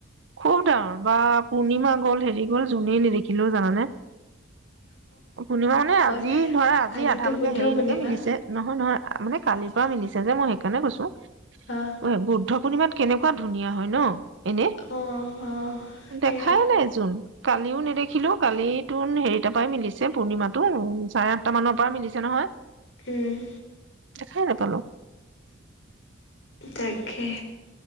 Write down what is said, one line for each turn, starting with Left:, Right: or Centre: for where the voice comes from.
Right: খুব ডাঙৰ বা পূৰ্ণিমা গ'ল হেৰি গ'ল জুনেই নেদেখিলো জানানে। পূৰ্ণিমা মানে
Left: হয়
Right: আজি ধৰা আজি
Left: আজিতো
Right: আধালৈকে
Left: বুদ্ধ
Right: হেৰিলৈকে
Left: পূৰ্ণিমা
Right: মিলিছে। নহয়, নহয়। মানে কালিৰ পৰা মিলিছে যে মই সেইকাণে কৈছো।
Left: অ
Right: অই বুদ্ধ পূৰ্ণিমাত কেনেকুৱা ধুনীয়া হয় ন? এনে।
Left: অ অ সেয়া
Right: দেখাই নাই জুন। কালিও নেদেখিলো কালি তোন হেৰি তাৰ পৰা মিলিছে ছে পূৰ্ণিমা টো চ কামানৰ পৰা মিলিছে নহয়।
Left: উম।
Right: দেখায় নাপালো।
Left: তাকে।